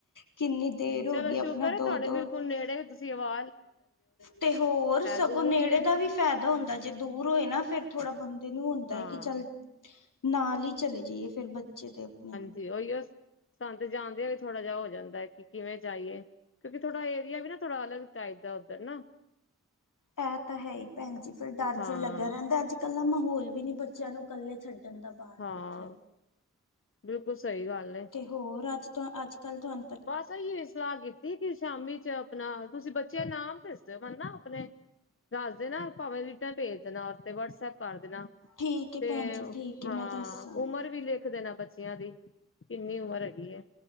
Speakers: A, on the left; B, on the left.
A: ਕਿੰਨੀ ਦੇਰ ਹੋਗੀ
B: ਚਲੋ ਸ਼ੁਕਰ
A: ਆਪਨਾ
B: ਹੈ
A: ਦੋ-
B: ਤੁਹਾਡੇ
A: ਦੋ
B: ਬਿਲਕੁਲ ਨੇੜੇ ਵੇ ਤੁਸੀਂ ਆਵਾ
A: ਤੇ ਹੋਰ, ਸਗੋਂ
B: ਦੂਰ
A: ਨੇੜੇ
B: ਹੀ ਏ
A: ਦਾ ਵੀ ਫੇਦਾ ਹੁੰਦਾ, ਜੇ ਦੂਰ ਹੋਏ ਨਾ ਫੇਰ ਥੋੜਾ ਬੰਦੇ ਨੂੰ ਹੁੰਦਾ
B: ਹਾਂ
A: ਏ ਕਿ ਚੱਲ ਨਾਲ ਈ ਚਲੇ ਜਾਈਏ ਫੇਰ ਬੱਚੇ ਦੇ ਆਪਨੇ।
B: ਤੇ ਉਈਓ, ਸਾਨੂੰ ਤੇ ਜਾਨਦੇ ਹੋਏ ਥੋੜ੍ਹਾ ਜਿਆ ਹੋ ਜਾਂਦਾ ਕਿ ਕਿਵੇਂ ਜਾਈਏ। ਕਿਉਂਕਿ ਥੋਡਾ ਏਰੀਆ ਵੀ ਨਾ ਥੋੜਾ ਅਲਗ ਟਾਇਪ ਦਾ ਓਧੱਰ ਨਾ।
A: ਐ ਤਾਂ ਹੈ, ਈ ਭੈਨ ਜੀ ਫਿਰ ਡਰ
B: ਹਾਂ
A: ਜਿਆ ਲੱਗਿਆ ਰੈਦਾਂ ਅੱਜ ਕੱਲਾ ਮਾਹੌਲ ਵੀ ਨੀ ਬੱਚਿਆਂ ਨੂੰ ਕੱਲੇ ਛੱਡਣ ਦਾ। ਬਾਹਰ
B: ਹਾਂ,
A: ਕਿੱਥੇ
B: ਬਿਲਕੁਲ ਸਈ ਗੱਲ ਏ।
A: ਤੇ ਹੋਰ ਅੱਜ ਤੁ ਅੱਜ ਕੱਲ੍ਹ ਤੁਆਂਨ
B: ਬਸ ਏਈਓ ਸਲਾਹ ਕੀਤੀ ਏ ਕਿ ਸ਼ਾਮੀ 'ਚ ਆਪਨਾ ਤੁਸੀਂ ਬੱਚਿਆਂ ਦੇ ਨਾਮ ਭੇਜ ਦਿਓ ਨਾ ਆਪਨੇ। ਦੱਸ ਦੇਨਾ ਭਾਵੇਂ ਰੀਟਨ ਭੇਜ ਦੇਨਾ ਉਤੇ ਵਟਸਐਪ ਕਰ ਦੇਨਾ।
A: ਠੀਕ ਹੈ
B: ਤੇ,
A: ਭੈਣ ਜੀ ਠੀਕ
B: ਹਾਂ-ਉਮਰ
A: ਹੈ ਮੈਂ ਦੱਸਾਂਗੀ
B: ਵੀ ਲੇ ਲਿਖ ਦੇਨਾ ਬੱਚਿਆਂ ਦੀ ਕਿੰਨੀ ਉਮਰ ਹੈਗੀ ਏ।